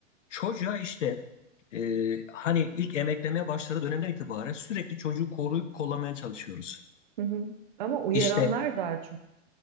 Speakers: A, on the left; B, on the right.
A: çocuğa işte e, hani ilk emeklemeye başladığı dönemden itibaren sürekli çocuğu koruyup kollamaya çalışıyoruz.
B: Hı hı. Ama uyaranlar
A: İşte
B: daha çok.